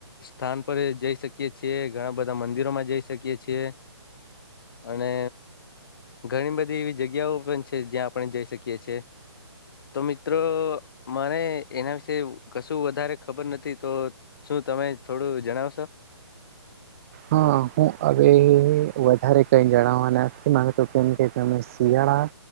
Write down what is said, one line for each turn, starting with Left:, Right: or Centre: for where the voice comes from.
Left: સ્થાન પર જઈ શકીએ છીએ ઘણા બધા મંદિરો માં જઈ શકીએ છી અને ઘણી બધી એવી જગ્યાઓ પણ છે જ્યાં આપણે જઈ શકીએ છે. તો મિત્ર મને એના વિશે કશું વધારે ખબર નથી તો શું તમે થોડું જણાવશો.
Right: હા, હું હવે વધારે કઈ જણાવવા નથી માગતો તો કેમ કે અમે શિયાળા